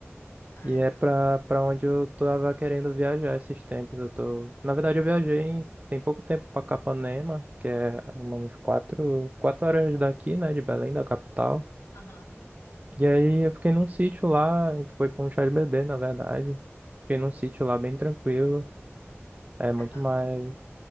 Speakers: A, on the left; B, on the right.
A: Ah,
B: E é
A: g-
B: pra, pra onde eu tava querendo viajar esses tempos. Eu tô... Na verdade, eu viajei em- tem pouco tempo pra Capanema, que é umas quatro, quatro horas daqui, né, de Belém, da capital.
A: Aham.
B: E aí eu fiquei num sítio lá, a gente foi pra um chá de bebê, na verdade. Fiquei num sítio lá bem tranquilo, é muito
A: Ah, qual-
B: mais.